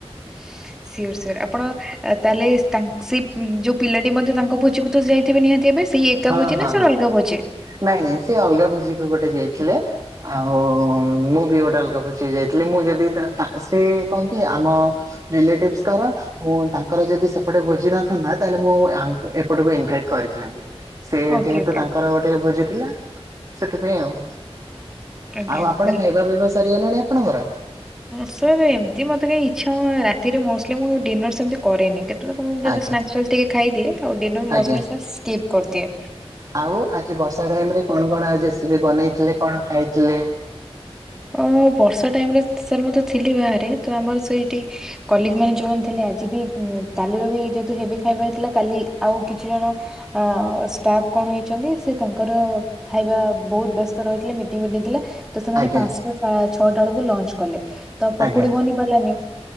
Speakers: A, in the centre; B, on the right.
A: <inaudible> ସିଓର ସିଓର ଆପଣ ତାହେଲେ ତାଙ୍କ ସେ ଯୋଉ ପିଲାଟି ମଧ୍ୟ ତାଙ୍କ ଭୋଜିକୁ ତ ଯାଇଥିବେ ନିହାତି ଭାବେ। ସେଇ ଏକା
B: ହଁ
A: ଭୋଜି
B: ହଁ
A: ନା ସାର୍
B: ହଁ
A: ଅଲଗା ଭୋଜି?
B: ନାଇଁ ନାଇଁ ସେ ଅଲଗା ଭୋଜି କୁ ଗୋଟେ ଯାଇଥିଲେ। ଆଉ ମୁଁ ବି ଗୋଟେ ଅଲଗା ଭୋଜି ଯାଇଥିଲି ମୁଁ ଯଦି ତା ସେ କଣ କି ଆମ ରିଲେଟିଭ୍ସଙ୍କର। ମୁଁ ତାଙ୍କର ଯଦି ସେପଟେ ଭୋଜି ନଥାନ୍ତା ତାହେଲେ ମୁଁ ୟାଙ୍କ ଏପଟକୁ ଇନଭାଇଟ୍ କରିଥାନ୍ତି। ସେ
A: ଓକେ
B: ଯେହେତୁ
A: ଓକେ
B: ତାଙ୍କର ଗୋଟେ ଭୋଜି ଥିଲା ସେଥିପାଇଁ ଆଉ।
A: ଆଜ୍ଞା
B: ଆଉ ଆପଣ
A: ତାହେଲେ
B: ଖାଇବା ପିଇବା ସରିଗଲାଣି ଆପଣଙ୍କର।
A: ସାର୍ ଏମିତି ମତେ କାଇଁ ଇଚ୍ଛା ହୁ ରାତିରେ ମୋଷ୍ଟଲି ମୁଁ ଡିନର ସେମିତି କରେନି କେ <unintelligible>
B: ଆଜ୍ଞା
A: ସ୍ନାକ୍ସ ଟିକେ ଖାଇଦିଏ ଆଉ ଡିନର ମୋଷ୍ଟଲି
B: ଆଜ୍ଞା।
A: ସାର ସ୍କିପ୍ କରିଦିଏ।
B: ଆଉ ଆଜି ବର୍ଷା ଟାଇମ ରେ କଣ କଣ ଆଜି ରେସିପି ବନେଇଥିଲେ କଣ ଖାଇଥିଲେ?
A: ଅ ବର୍ଷା ଟାଇମ ରେ ସାର୍ ମୁତ ଥିଲି ବାହାରେ ତ ଆମର ସେଇଟି କଲିଗ ମାନେ ଯୋଉମାନେ ଥିଲେ ଆଜି ବି କାଲିର ବି ଯେହେତୁ ହେବି ଖାଇବା ହେଇ ଥିଲା କାଲି ଆଉ କିଛି ଜଣ ଅ ଷ୍ଟାଫ କଣ ହେଇଛନ୍ତି ସେ ତାଙ୍କର ଖାଇବା ବହୁତ ବ୍ୟସ୍ତ ରହିଥିଲେ ମିଟିଂ ଫିଟିଙ୍ଗ ଥିଲା। ତ ସେମାନେ
B: ଆଜ୍ଞା।
A: ପାଞ୍ଚସା ଛଅଟା ବେଳକୁ ଲଞ୍ଚ କଲେ ତ ପକୁଡି
B: ଆଜ୍ଞା
A: ବନି ପାରିଲାନି